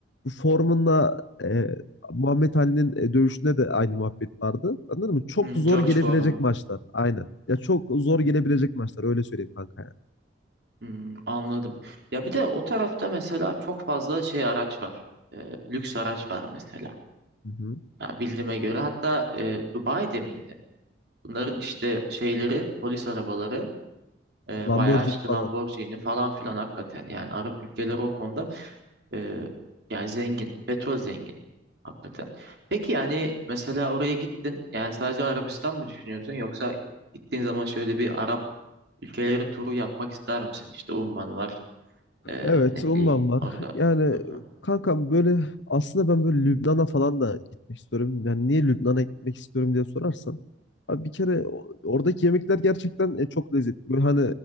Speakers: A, on the left; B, on the right.
A: bu Foreman'la e, Muhammed Ali'nin e, dövüşünde de aynı muhabbet vardı. Anladın mı? Çok
B: Hmm,
A: zor
B: George
A: gelebilecek
B: Foreman.
A: maçlar. Aynen. Ya çok zor
B: Hmm,
A: gelebilecek maçlar öyle söyleyeyim kanka yani.
B: hmm, anladım. Ya bir de o tarafta mesela çok fazla şey araç var. E, lüks araç var mesela.
A: Hı hı.
B: Yani bildiğime göre hatta e, Dubai'de miydi? Bunların işte şeyleri polis arabaları e,
A: Lamborghini
B: bayağı işte
A: falan.
B: Lamborghini falan filan hakikaten yani Arap ülkeleri o konuda e, yani zengin petrol zengin hakikaten. Peki yani mesela oraya gittin yani sadece Arabistan mı düşünüyorsun yoksa gittiğin zaman şöyle bir Arap ülkeleri turu yapmak ister misin? İşte Umman var e,
A: Evet,
B: ne
A: umman
B: bileyim
A: var.
B: orada.
A: Yani
B: Hı hı.
A: kankam böyle aslında ben böyle Lübnan'a falan da gitmek istiyorum. Yani niye Lübnan'a gitmek istiyorum diye sorarsan. Abi bir kere o- oradaki yemekler gerçekten e, çok lezzetli. Böyle hani